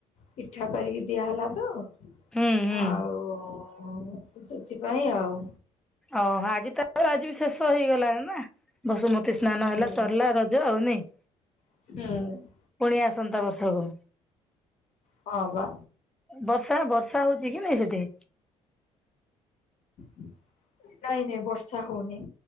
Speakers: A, on the left; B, in the centre.
A: ପିଠା କରିକି ଦିଆହେଲା ତ
B: ହୁଁ ହୁଁ
A: ଆଉ ସେଥିପାଇଁ ଆଉ
B: ଓହ! ଆଜି ତ ଆଜି ବି ଶେଷ ହେଇଗଲାଣି ନା ବସୁମତୀ ସ୍ନାନ ହେଲା
A: ହୁଁ
B: ସରିଲା ରଜ ଆଉ ନାହିଁ
A: ହୁଁ
B: ପୁଣି ଆସନ୍ତା ବର୍ଷକୁ।
A: <inaudible> ହଁ ବା
B: ବର୍ଷା ବର୍ଷା ହଉଛି କି ନାଇଁ ସେଠି।
A: <inaudible> ନାଇଁ ନାଇଁ ବର୍ଷା ହଉନି।